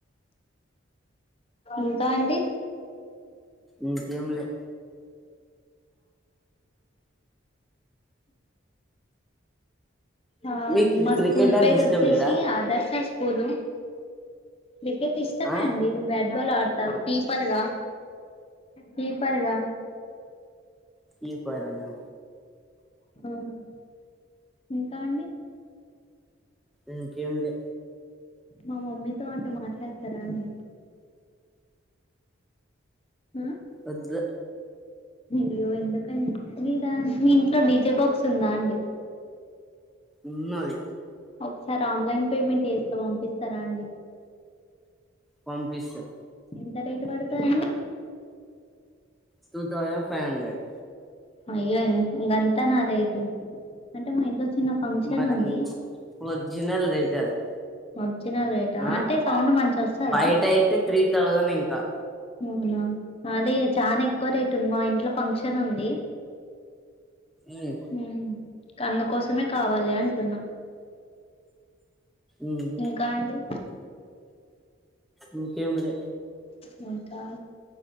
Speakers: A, on the left (about 30°); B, in the centre.
A: ఇంకా అండి
B: ఇంకేం లే
A: ఆ
B: మీకు
A: మా
B: క్రికెట్
A: స్కూల్
B: అంటే
A: పేరొచ్చేశి
B: ఇష్టం లేదా
A: ఆదర్శ పూలు క్రికెట్ ఇష్టమే
B: ఆ
A: అండి బ్యాడ్ ఫుట్బల్ ఆడతా కీపర్గా కీపర్గా
B: ఈ పరనా
A: హ్మ్ ఇంకా అండి
B: ఎంకేమ్లా
A: మా మమ్మీతో అంట మాట్లాడతారా అండి హ్మ్
B: వొద్దు
A: అయ్యో ఎందుకండి మీ దా మీ ఇంట్లో డీజే బాక్స్ ఉందా అండి
B: ఉన్నాది
A: ఒకసారి ఆన్లైన్ పేమెంట్ చేస్తా పంపిస్తారా అండి.
B: పంపిస్తా
A: ఎంత రేట్ పడతదండి
B: టూ థౌజండ్ ఫైవ్ హండ్రెడ్
A: అయ్యో ఇ గంతనా రేటు అంటే మా ఇంట్లో చిన్న ఫంక్షన్
B: మరన్
A: ఉంది
B: వర్జినల్ రేట్ అది
A: ఒ చినల్ రేటా
B: ఆ
A: అంటే సౌండ్ మంచి వస్తదా
B: బయట అయితే త్రీ థౌజండ్ ఇంకా
A: అవునా అది చానీక్ ఎక్కువ రేట్ ఉంది మా ఇంట్లో ఫంక్షన్ ఉంది
B: ఉమ్
A: హ్మ్ కందుకోసమే కావాలి అంటున్నా
B: ఉమ్
A: ఇంకా అండి
B: ముకేము లే
A: మకా